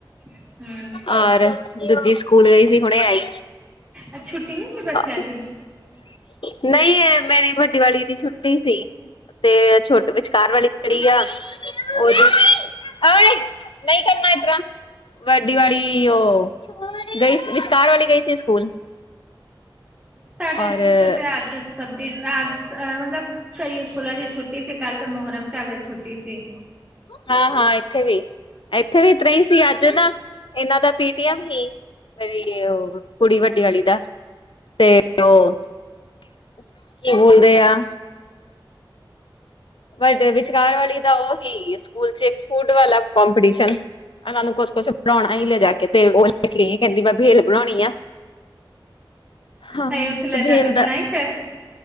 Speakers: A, on the right; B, on the left.
A: ਹਮ
B: ਆਰ ਦੂਜੀ ਸਕੂਲ ਗਈ ਸੀ ਹੁਣੇ ਆਈ।
A: ਅੱਜ ਛੁੱਟੀ ਨੀ ਸੀ ਬੱਚਿਆਂ
B: ਅ
A: ਦੀ
B: ਨਈ ਐ ਮੇਰੀ ਵੱਡੀ ਵਾਲੀ ਦੀ ਛੁੱਟੀ ਸੀ। ਤੇ ਛੋਟੀ ਵਿਚਕਾਰ ਵਾਲੀ ਜੇੜੀ ਆ ਓਦੀ <unintelligible> ਨਈ ਕਰਨਾ ਏਸ ਤਰ੍ਹਾਂ ਵੱਡੀ ਵਾਲੀ ਓ ਗਈ ਸੀ, ਵਿਚਕਾਰ ਵਾਲੀ ਗਈ ਸੀ ਸਕੂਲ
A: ਸਾਡੇ
B: ਔਰ
A: ਇੱਥੇ ਤੇ ਅੱਜ ਸਭ ਦੀ ਅੱਜ ਅ ਮਤਲਬ ਕਈ ਸਕੂਲਾਂ ਦੀ ਛੁੱ ਟੀ ਸੀ ਕੱਲ ਤੇ ਮਹੋਰਮ ਚੱਲ ਰੇ ਤੇ ਛੁੱਟੀ ਸੀ
B: ਹਾਂ-ਹਾਂ, ਇੱਥੇ ਵੀ ਇੱਥੇ ਵੀ ਇਤਰ੍ਹਾਂ ਈ ਸੀ ਅੱਜ ਨਾ ਏਨਾਂ ਦਾ ਪੀ ਤੇਹਾ ਹੀ ਮੇਰੀ ਓ ਕੁੜੀ ਵੱਡੇ ਆਲੀ ਦਾ ਤੇ ਓ ਕੀ ਬੋਲਦੇ ਆ ਬਟ ਵਿਚਕਾਰ ਵਾਲੀ ਤਾਂ ਓ ਹੀ ਸਕੂਲ ਚ ਇਕ ਫੂਡ ਵਾਲਾ ਕੋਂਪੀਟੀਸ਼ਨ ਐਨਾਂ ਨੂੰ ਕੁਛ-ਕੁਛ ਬਣਾਓਣਾ ਹੀ ਲੈਜਾ ਕੇ ਤੇ ਓ ਲੈ ਕੇ ਗਈ ਕੈਂਦੀ ਮੈਂ ਬੇਹਲ ਬਣੋਓਣੀ ਆ। ਹਾਂ
A: ਹਾਏ ਓਥੇ ਲੇਜਾ
B: ਤੇ ਭੇਲ
A: ਕੇ
B: ਦਾ
A: ਬਨਾਈ ਫੇਰ